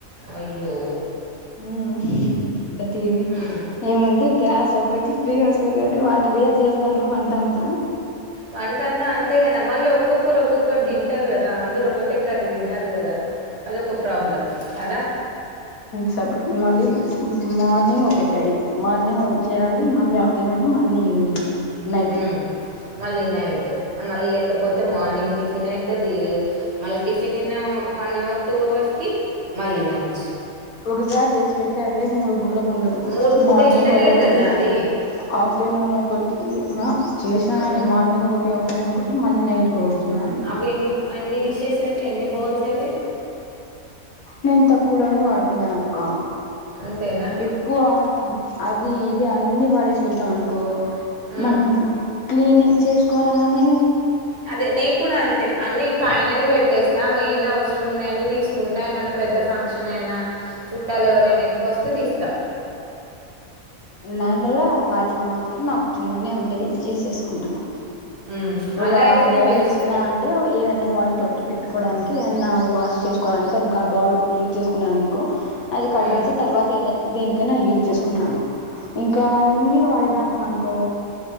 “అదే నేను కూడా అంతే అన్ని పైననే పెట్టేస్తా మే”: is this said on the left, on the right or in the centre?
Right